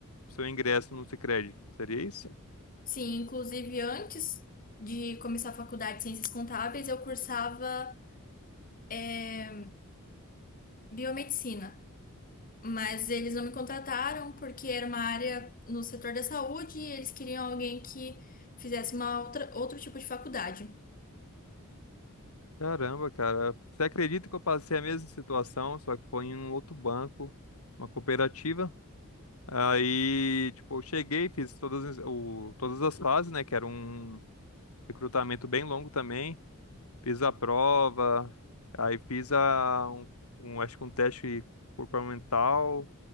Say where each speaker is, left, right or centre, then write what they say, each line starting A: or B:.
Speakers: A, on the left; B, on the left.
A: seu ingresso no Sicredi, seria isso?
B: Sim, inclusive antes de começar a faculdade de Ciências Contábeis, eu cursava, é, biomedicina. Mas eles não me contrataram porque era uma área no setor da saúde e eles queriam alguém que fizesse uma outra, outro tipo de faculdade.
A: Caramba, cara, você acredita que eu passei a mesma situação, só que foi em um outro banco, uma cooperativa? Aí, tipo, eu cheguei, fiz todas, as- o, todas as fases, né? Que era um recrutamento bem longo também. Fiz a prova, aí fiz a, um, um- acho que um teste comportamental